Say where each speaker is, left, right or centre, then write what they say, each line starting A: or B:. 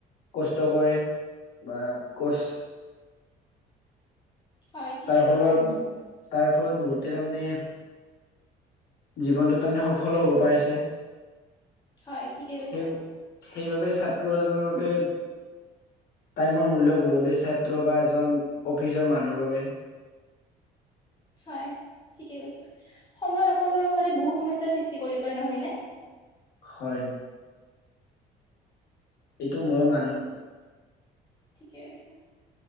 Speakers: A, on the left; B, on the left.
A: কষ্ট কৰে। বা কচ।
B: হয় ঠিকে
A: তাৰ,
B: কৈছা
A: ফলত তাৰ। ফলত বহুতে তাৰমানে! জীৱনটোত তাৰমানে সফলো হ'ব পাৰিছে।
B: হয়, ঠিকে কৈছা।
A: সেই সেইবাবে ছাত্ৰ এজনৰ বাবে টাইমৰ মূল্য বহুত বেছ। ছাত্ৰ বা এজন অফিচৰ মানুহৰ বাবে।
B: হয় ঠিকে কৈছ সময়ৰ অপব্যৱহাৰে বহুত সমস্যাৰ সৃষ্টি কৰিব পাৰে নহয়নে?
A: হয়। এইটো মই মানো।
B: ঠিকেই কৈছা,